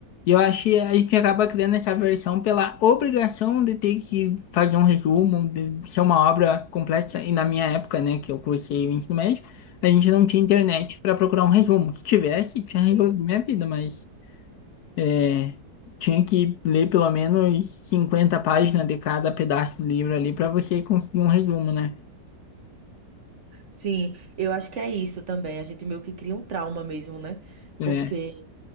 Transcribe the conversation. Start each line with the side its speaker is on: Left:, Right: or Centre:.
Left: e eu achei, a gente acaba criando essa versão pela obrigação de ter que fazer um resumo, de ser uma obra complexa, e na minha época, né, que eu cursei o ensino médio, a gente não tinha internet para procurar um resumo. Se tivesse, tinha resolvido
Right: Sim,
Left: minha vida, mas. É, tinha que ler pelo menos 50 páginas de cada pedaço do livro ali para você conseguir um resumo, né?
Right: Sim, eu acho que é isso também. A gente meio que cria um trauma mesmo, né?
Left: É,
Right: Porque